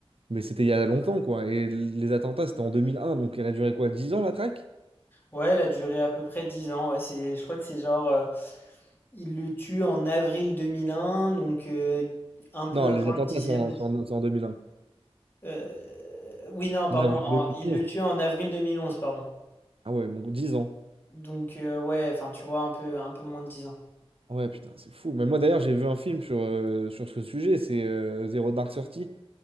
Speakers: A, on the right (about 65°); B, on the left (about 20°).
A: mais c'était il y a longtemps, quoi. Et l- les attentats, c'était en 2001, donc elle a duré quoi, 10 ans la traque?
B: Ouais, elle a duré à peu près 10 ans. Ouais, c'est, je crois que c'est genre, euh, il le tue en avril 2001, donc euh, un peu
A: Non,
B: avant
A: les attentats,
B: le dixième.
A: c'est en, c'est en- c'est en 2001.
B: Euh, oui, non, pardon,
A: En avril
B: en-
A: 2011.
B: il le tue en avril 2011, pardon.
A: Ah ouais, donc 10 ans.
B: Donc euh, ouais, enfin tu vois un peu un peu moins de dix ans.
A: Ouais, putain, c'est fou. Mais moi, d'ailleurs, j'ai vu un film sur, euh, sur ce sujet, c'est euh, Zero Dark Thirty.